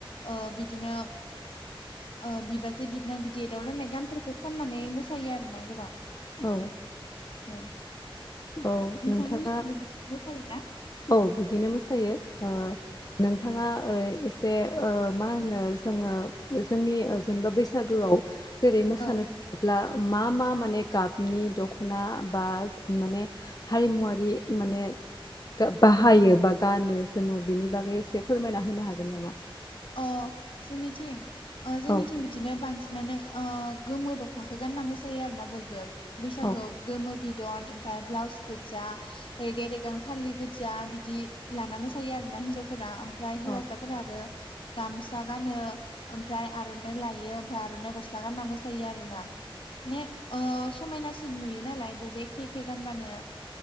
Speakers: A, on the left; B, on the left.
A: ओ बिदिनो ओ बिबाजै-बिबोनां बिदि एदावलायनाय गानफोरखौ खननानै मोसायो आरोना गोबां
B: औ
A: औ नोंथां
B: औ नोंथाङा
A: मोननिथिंबो बिदिनो मोसायो ना?
B: औ बिदिनो मोसायो ओ नोंथाङा ओ एसे ओ मा होनो जोङो जोंनि ओ जेनेबा बैसागोआव जेरै मोसानो
A: औ
B: थाङोब्ला मा मा माने गाबनि दख'ना बा माने हारिमुवारि माने बाहायो बा गानो जोमो बेनि बागै एसे फोरमायना होनो हागोन नामा।
A: अ' जोंनिथिं ओ‌‌ जोंनिथिं
B: औ
A: बिदिनो बांसिनानो ओ गोमो दख'नाखौ गानना मोसायो आरोना बयबो बैसागोआव
B: औ
A: गोमो बिदन ओमफ्राय ब्लाउस गोज्जा रेगे - रेगां फालि गोजा बिदि लाना मोसायो आरोना हिन्जावफोरा ओमफ्राय
B: औ
A: हौवासाफोरा आरो गामसा गानो ओमफ्राय आर'नाइ लायो ओमफ्राय आर'नाइ गस्ला गानना मोसायो आरोना माने ओ समायनासिन नुयो नालाय बयबो एखे एखे गानबानो